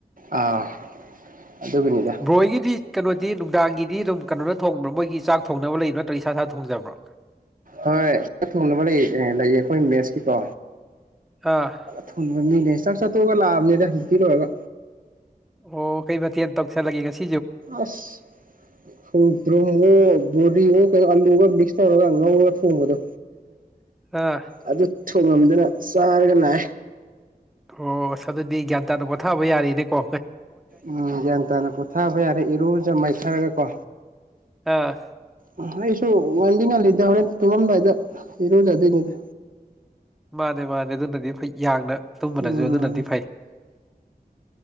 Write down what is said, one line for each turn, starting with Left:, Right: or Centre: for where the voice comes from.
Right: ꯑꯥ ꯑꯗꯨꯒꯤꯅꯤꯗ
Centre: ꯕ꯭ꯔꯣꯏꯒꯤꯗꯤ ꯀꯩꯅꯣꯗꯤ ꯅꯨꯡꯗꯥꯡꯒꯤꯗꯤ ꯑꯗꯨꯝ ꯀꯩꯅꯣꯅ ꯊꯣꯡꯕ꯭ꯔꯥ ꯃꯣꯏꯒꯤ ꯆꯥꯛ ꯊꯣꯡꯅꯕ ꯂꯩꯗꯅꯠꯇꯔꯤ ꯏꯁꯥ ꯁꯥꯥ ꯊꯣꯡꯖꯕ꯭ꯔꯣ
Right: ꯍꯣꯏ ꯊꯨꯡꯅꯕ ꯂꯩꯌꯦ ꯑꯩꯈꯣꯏ ꯃꯦꯠꯁꯀꯤꯀꯣ
Centre: ꯑꯥ
Right: ꯊꯕ ꯃꯤꯂꯁ ꯁꯥꯛ ꯆꯥꯠꯇꯣꯛꯑꯒ ꯂꯥꯛꯑꯕꯅꯦꯗ ꯍꯧꯖꯤꯛ ꯄꯤꯔꯣꯏꯒ
Centre: ꯑꯣ ꯀꯩ ꯗꯤꯤ ꯇꯁ ꯂꯒꯦꯒꯁꯤ
Right: ꯑꯁ ꯍ ꯭ꯔꯣꯒꯣ ꯕꯣꯔꯤꯉꯣ ꯀꯩꯅꯣ ꯑꯂꯨꯒ ꯃꯤꯛꯁ ꯇꯧꯔꯒ ꯉꯧꯔꯒ ꯊꯣꯡꯕꯗꯣ
Centre: ꯑꯥ
Right: ꯑꯗꯨ ꯊꯣꯡꯉꯝꯗꯅ ꯁꯥꯔꯒ ꯂ
Centre: ꯑꯣ ꯑꯁ ꯑꯗꯨꯗꯤ ꯒ꯭ꯌꯥꯟ ꯇꯥꯗ ꯄꯣꯊꯥꯑꯕ ꯌꯥꯔꯤꯅꯦ ꯀꯣ
Right: ꯎꯝ ꯒ꯭ꯌꯥꯟ ꯇꯥꯅ ꯄꯣꯊꯥꯕ ꯌꯥꯔꯦ ꯏꯔꯨꯖ ꯃꯥꯏꯊꯔꯒ ꯀꯣ
Centre: ꯑꯥ
Right: ꯎꯝ ꯑꯩ ꯁꯨ ꯉꯗꯤ ꯉꯜꯂꯤꯗ ꯍꯣꯔꯦꯟ ꯇꯨꯝꯃꯝꯗꯥꯏꯗ ꯏꯔꯨꯖꯗꯣꯏꯅꯤꯗꯤ
Centre: ꯃꯥꯅꯦ ꯃꯥꯅꯦ ꯑꯗꯨꯅꯗꯤ ꯐꯩ ꯌꯥꯡꯅ ꯇꯨꯝꯕꯅꯁꯨ
Right: ꯎꯝ
Centre: ꯑꯗꯨꯅꯗꯤ ꯐꯩ